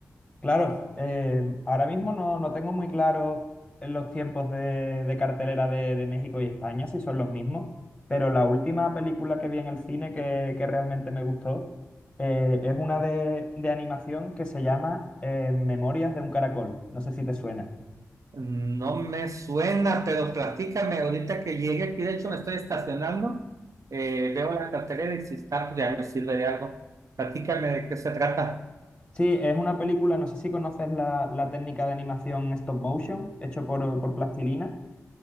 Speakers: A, on the left; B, on the right.
A: Claro, eh, ahora mismo no, no tengo muy claro en los tiempos de, de cartelera de, de México y España, si son los mismos, pero la última película que vi en el cine que, que realmente me gustó eh, es una de, de animación que se llama eh, Memorias de un caracol, no sé si te suena.
B: No me suena, pero platícame ahorita que llegue aquí. De hecho, me estoy estacionando. eh, veo la cartelera y si está, pues ya me sirve de algo. Platícame de qué se trata.
A: Sí, es una película, no sé si conoces la, la técnica de animación stop motion, hecho por, por plastilina.